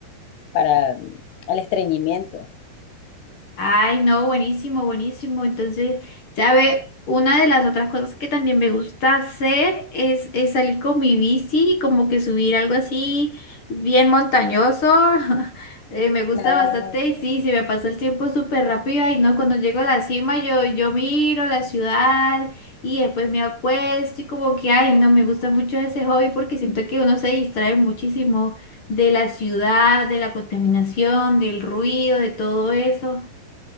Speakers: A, on the left; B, on the left.
A: para mm, el estreñimiento.
B: Ay, no, buenísimo, buenísimo. Entonces, ya ve, una de las otras cosas que también me gusta hacer es, es salir con mi bici, como que subir algo así bien montañoso. <laughs> Eh, me gusta
A: Nada,
B: bastante y sí, se me pasa el tiempo súper rápido y no, cuando llego a la cima yo, yo miro la ciudad y después me acuesto y como que, ay, no, me gusta mucho ese hobby porque siento que uno se distrae muchísimo de la ciudad, de la contaminación, del ruido, de todo eso.